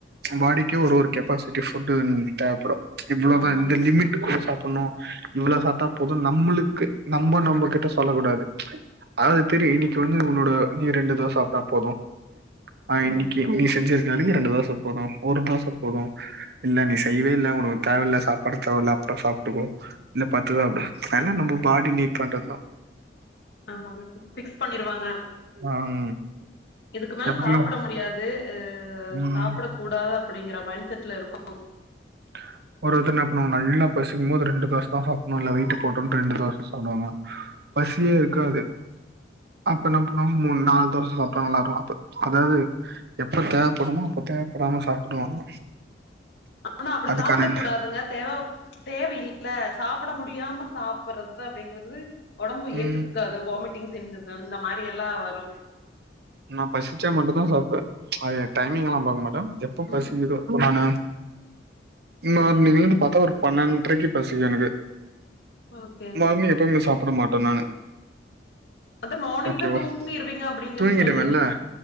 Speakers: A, on the right; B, on the left.
A: பாடிக்கே ஒரு ஒரு கெப்பாசிட்டி ஃபுட்டு தேவப்படு இவ்வளதா
B: ஆமாங்க
A: இந்த லிமிட் குள்ள சாப்புணு இவள சாப்டா போது நம்மளுக்கு நம்ப நம்மப கிட்ட சொல்ல கூடாது அது தெரியு இன்னைக்கி வந்து உன்னோட நீ ரெண்டு தோச சாப்ட்டா போது ஆ
B: ம்
A: இன்னைக்கு நீ செஞ்சிரு நாளிக்கி ரெண்டு தோச போது ஒரு தோச போது இல்ல நீ செய்வே இல்ல உனக்கு தேவல்ல சாப்பாடு தேவல அப்ற சாப்ட்டுக்கோ இல்ல பத்துதா அப்டி எல்லா நம்ம பாடி நீட் பண்ரதா
B: ஆமா பிக்ஸ் பண்ணிருவா ங்க
A: ஆ ம்
B: இதுக்கு மேல
A: எப்பவுமே
B: சாப்புட முடியாது
A: ம்
B: சாப்பிடக் கூடாது அப்டிங்கிற மைண்ட செட்ல இருக்கு
A: அ ஒரு ஒருத்தர் என்ன பன்னுவாங்க நல்லா பசிக்கும்போது ரெண்டு தோச தா சாப்புணு இல்ல வெயிட்டு போட்று அப்டினு ரெண்டு தோச தா சாப்டுவாங்க பசியே இருக்காது அப்ப என்ன பண்ணாங்க மூண் நால் தோச சாப்ட்டா நல்லா இருக்கு அப்ப அதாது எப்ப தேவப்படுமோ அப்ப தேவப்படாம சாப்டுவாங்க
B: ஆனா அப்படி
A: அதுக்கான
B: சாப்பிட கூடாதுங்க தேவ தேவையில்ல சாப்பிட முடியாம சாப்டுறது அப்டிங்கறது உடம்பு
A: ம்
B: ஏத்துக்காது வாமிட்டிங் சென்சசன் அந்த மாரி எல்லா வரு
A: நா பசிச்சா மட்டு தா சாப்பிடுவ அது டைமிங் எல்லா பாக்க மாட்ட எப்ப பசிக்குதோ
B: ம்
A: நானு மார்னிங்ல பாத்தா ஒரு பன்னெண்ரைக்கு பசிக்கு எனக்கு
B: ஓகே
A: மார்னிங் எப்பமே சாப்ட மாட்டோ நானு
B: அதா மார்னிங்
A: ஓகே
B: தா
A: வா
B: தூங்கிருவீங்க அப்டின்னு
A: தூங்கிடுவன்ல
B: சொல்லி சொல்றீங்கல்ல